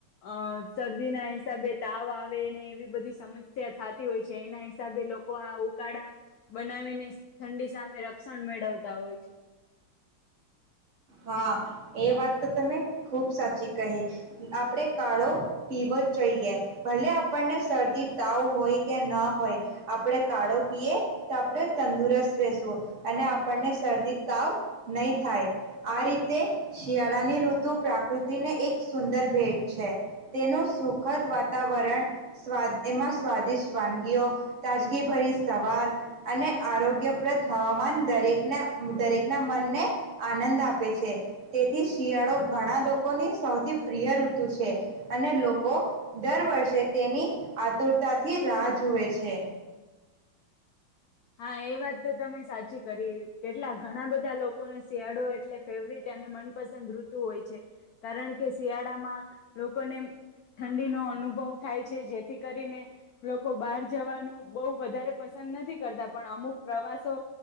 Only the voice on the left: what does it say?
અ શરદીના હિસાબે તાવ આવે એવી બધી સમસ્યા થતી હોય છે એના હિસાબે લોકો આ ઉકાળા બનાવીને ઠંડી સામે રક્ષણ મેળવતા હોય છે
હા એ વાત તો તમે સાચી કરી કેટલા ઘણા બધા લોકોને શિયાળો એટલે ફેવરટ અને મનપસંદ ઋતુ હોય છે કારણ કે શિયાળામાં લોકોને ઠંડીનોો અનુભવ થાય છે જેથી કરીને લોકો બહાર જવાનું બહુ વધારે પસંદ નથી કરતા પણ અમુક પ્રવાસો